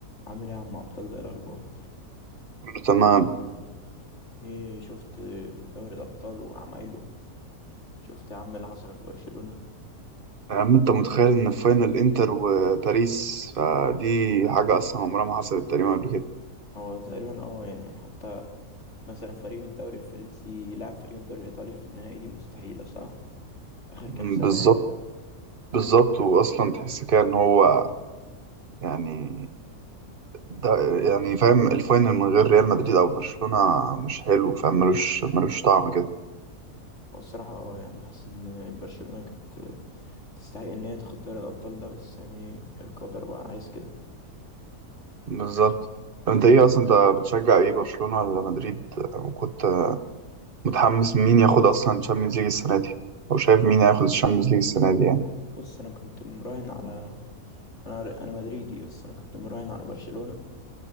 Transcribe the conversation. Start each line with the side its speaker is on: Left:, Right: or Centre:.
Left: عامل ايه يا عم ابطال ايه الاخبار
Right: كله تمام
Left: ايه شفت دوري الابطال وعمايله شفت يا عم اللي حصل في برشلونة
Right: يا عم انت متخيل ان في فاينل انتر وباريس فدي حاجة اصلا عمرها ما حصلت تقريبا قبل كده
Left: هو تقريبا اه يعني حتى مثلا فريق من الدوري الفرنسي يلعب فريق من الدوري الايطالي في النهائي دي مستحيلة صح اخر
Right: مم،
Left: كام سنة
Right: بالظبط
Left: يعني
Right: بالظبط واصلا تحس كده ان هو يعني ده يعني فاهم الفاينل من غير ريال مدريد او برشلونة مش حلو فاهم ملوش ملوش طعم كده
Left: هو الصراحة اه يعني حاسس ان برشلونة كانت تستحق ان هي تاخد دوري الابطال ده بس يعني القدر بقى عايز كده
Right: بالظبط انت ايه اصلا انت بتشجع ايه برشلونة ولا مدريد وكنت متحمس مين ياخد اصلا الشامبيونز ليج السنة دي او شايف مين هياخد الشامبيونز ليج السنة دي يعني
Left: بص انا كنت مراهن على انا انا مدريدي بس انا كنت مراهن على برشلونة